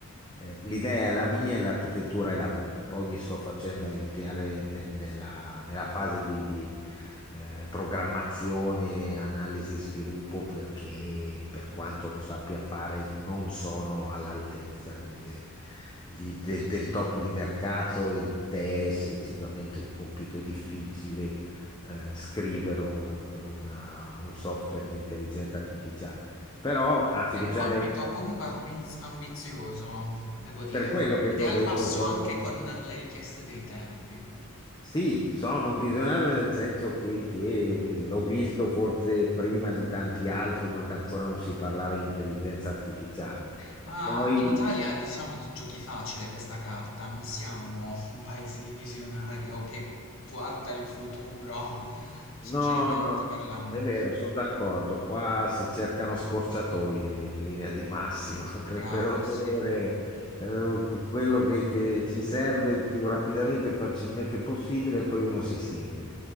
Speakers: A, on the left (about 20°); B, on the left (about 60°).
A: eh, l'idea è la mia e l'architettura è la mia. Poi mi sto facendo aiutare nel- nella, nella fase di, di, eh, programmazione, analisi e sviluppo, perché per quanto lo sappia fare non sono all'altezza de- de- di- del, del top di mercato ed è effettivamente un compito difficile eh, scrivere un, una- un software di intelligenza artificiale. Però artificiale,
B: È un compito comunque ambiz- ambizioso, devo dire,
A: per quello che
B: ed
A: ti
B: è
A: ho
B: al
A: detto,
B: passo
A: sono,
B: anche con le richieste dei tempi.
A: sì, sono un visionario nel senso che, che l'ho visto forse prima di tanti altri quando ancora non si parlava di intelligenza artificiale.
B: Ma
A: Poi
B: in Italia, diciamo, t- giochi facile questa carta, non siamo un paese di visionari o che guarda il futuro, sinceramente
A: No, no,
B: parlando.
A: è vero, sono d'accordo. Qua si cercano scorciatoie in linea di massima <laughs> per,
B: Bravo,
A: per ottenere
B: sì.
A: eh, quello che, che ci serve il più rapidamente e facilmente possibile, e poi uno si siede.